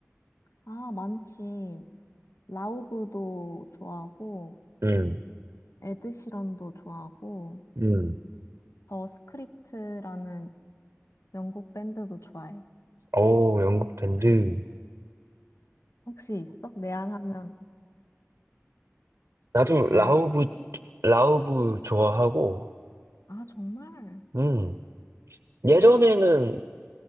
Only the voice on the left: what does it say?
아, 많지. 라우브도 좋아하고,
에드시런도 좋아하고,
더 스크립트라는 영국 밴드도 좋아해.
혹시 있어? 내한하면
보고 싶어.
아, 정말?